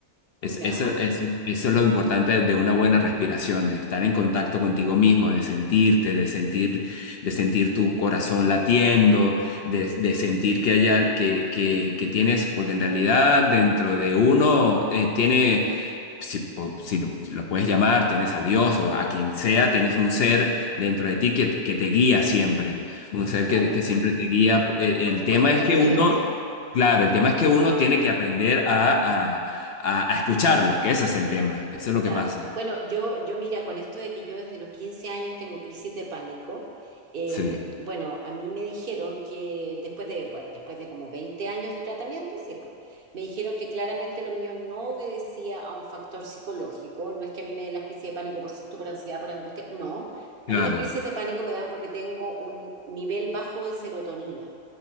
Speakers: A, on the left (about 60°); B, on the right (about 55°).
A: Es-
B: Ya,
A: eso, eso- eso es lo importante de una buena respiración, de estar en contacto contigo mismo, de sentirte, de sentir, de sentir tu corazón latiendo, de, de sentir que hay al- que, que, que tienes, porque en realidad dentro de uno eh, tiene, si, po- si lo, si lo puedes llamar, tienes a Dios o a quien sea, tienes un ser dentro de ti que, que te guía siempre, un ser
B: claro.
A: que, que siempre te guía. el el
B: Por supuesto
A: tema es
B: que así
A: que uno...
B: es, sí.
A: Claro, el tema es que uno tiene que aprender a, a, a escucharlo, que ese es el tema, eso es
B: O
A: lo
B: sea,
A: que pasa.
B: bueno, yo, yo mira, con esto de que yo desde los 15 años tengo crisis de pánico, eh,
A: Sí,
B: bueno, a mí me dijeron que después de, bueno, después de como 20 años de tratamiento, sí, pues, me dijeron que claramente lo mío no obedecía a un factor psicológico, no es que a mí me den las crisis de pánico por susto, por ansiedad, por angustia, no,
A: claro,
B: a mí las crisis de pánico me dan porque tengo un nivel bajo de serotonina